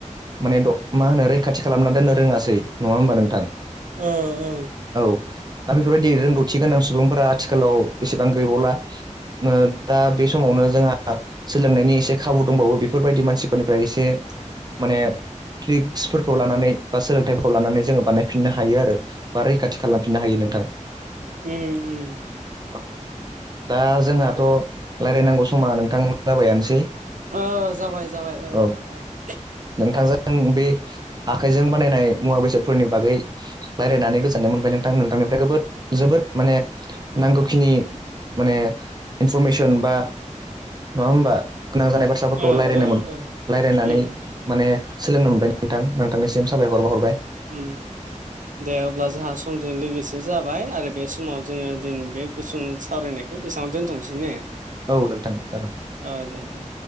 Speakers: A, on the right; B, on the right.
A: माने द मा होनो रैखाथि खालामना दोननो रोङासै नङा होमबा नोंथां।
B: ओ ओ
A: औ दा बेफोरबायदि रोंगौथि गोनां सुबुंफोरा आथिखालाव एसेबां गैबावला ओ दा बे समावनो जोंहा सोलोंनायनि एसे खाबु दंबावो बेफोरबायदि मानसिफोरनिफ्राय एसे माने ट्रिक्सफोरखौ लानानै बा सोलोंथाइफोरखौ लानानै जोङो बानायफिननो हायो आरो बा रैखाथि खालामफिननो हायो नोंथां।
B: उम उम
A: औ दा जोंहाथ' लायरायनांगौ समा नोंथां जाबायानोसै
B: ओ जाबाय जाबाय ओ
A: औ
B: ओ ओ
A: नोंथांजों बे आखाइजों बानायनाय मुवा बेसादफोरनि बागै लायरायनानै गोजोननाय मोनबाय नोंथां नोंथांनिफ्रायद गोबोद जोबोद माने नांगौखिनि माने फरमेसन बा नंङा होमबा गोनां जानाय बाथ्राफोरखौ
B: ओ ओ
A: लायरायनो
B: ओ
A: मोन
B: ओ
A: लायरायनानै
B: उम
A: माने सोलोंनो मोनबाय नोंथां नोंथांनिसिम साबायखर बावहरबाय।
B: उम दे अब्ला जोंहा समजों लोगोसे जाबाय आरो बे समाव जोङो दिनैनि बे गुसुं सावरायनाय बेसाङावनो दोनथनोसै ने
A: औ नोंथां जागोन
B: ओ दे दे